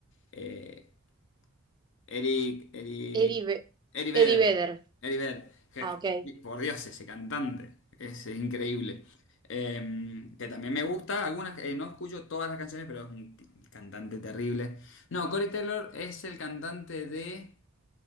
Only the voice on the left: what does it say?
eh, Eric, Eric,
Eric Vedder,
Eric Vedder, Je-
je- por Dios, ese cantante, es increíble. Eh, que también me gusta, algunas, eh, no escucho todas las canciones, pero es un t- cantante terrible. No, Corey Taylor es el cantante de,